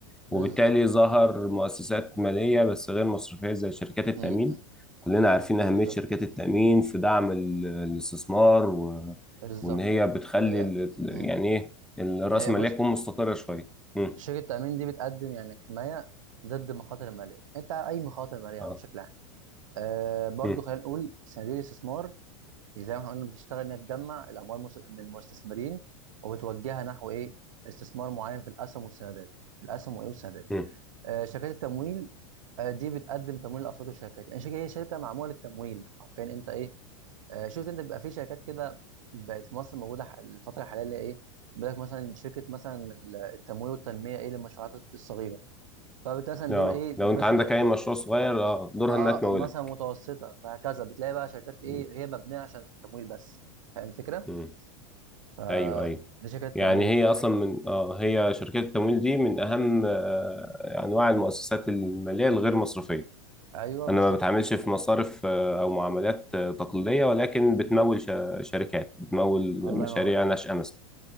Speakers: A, on the right; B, in the centre.
A: بالظبط
B: وبالتالي ظهر مؤسسات مالية بس غير مصرفية زي شركات التأمين
A: م- م.
B: كلنا عارفين أهمية
A: بالظبط
B: شركات التأمين في دعم ال- الاستثمار و...
A: بالظبط
B: وإن هي بتخلي
A: هي
B: ال...
A: م.
B: يعني إيه الرأس
A: هي
B: المالية
A: بص
B: تكون مستقرة شوية مم.
A: شركة التأمين دي بتقدم يعني حماية ضد المخاطر المالية انت اي مخاطر مالية
B: اه
A: بشكل آه برضو
B: مم.
A: خلينا نقول صناديق الاستثمار إيه، زي ما احنا قلنا بتشتغل انها تجمع الاموال مس- من المستثمرين وبتوجهها نحو ايه استثمار معين في الاسهم والسندات في الاسهم وايه والسندات
B: مم.
A: آه شركات التمويل آه دي بتقدم تمويل لافراد الشركات يعني شركه هي شركه معموله للتمويل حرفيا انت ايه آه شفت انت بيبقى في شركات كده بقت في مصر موجوده ح- الفتره الحاليه اللي هي ايه بيقول لك مثلا شركه مثلا التمويل والتنميه ايه للمشروعات الصغيره فبالتالي مثلا
B: اه
A: دول ايه دي
B: لو أنت
A: مثلا
B: عندك أي مشروع صغير اه دورها
A: اه
B: إنها تمولك
A: مثلا متوسطه فهكذا بتلاقي بقى شركات ايه
B: مم.
A: هي مبنيه عشان التمويل بس فاهم الفكره؟
B: مم.
A: فدي
B: أيوه أيوه
A: شركات
B: يعني
A: تمويل
B: هي
A: يعني
B: أصلا من اه هي شركات التمويل دي من أهم آه، أنواع المؤسسات المالية الغير مصرفية
A: ايوه
B: انا
A: بالظبط
B: ما بتعاملش في مصارف آه، او معاملات آه، تقليديه ولكن بتمول شا- شركات بتمول
A: الله
B: مشاريع
A: ينور عليك
B: ناشئه مثلا